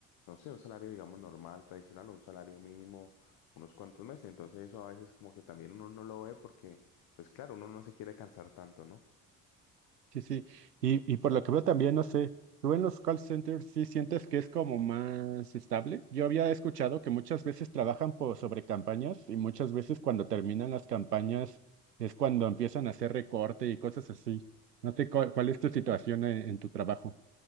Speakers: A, on the left; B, on the right.
A: no sé, un salario, digamos, normal, tradicional, o un salario mínimo unos cuantos meses. Entonces eso a veces como que también uno no lo ve porque, pues claro, uno no se quiere cansar tanto, ¿no?
B: Sí, sí. Y, y por lo que veo también, no sé, tú en los call centers sí sientes que es como más estable. Yo había escuchado que muchas veces trabajan por, sobre campañas y muchas veces cuando terminan las campañas es cuando empiezan a hacer recorte y cosas así. No sé cu- cuál, es tu situación en, en tu trabajo.